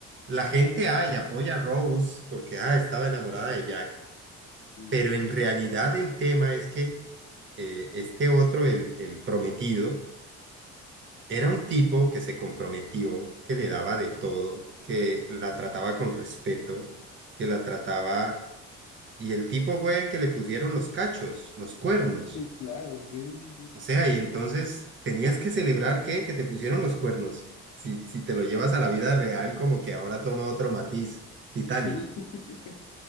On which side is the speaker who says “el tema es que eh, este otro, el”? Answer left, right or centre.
Right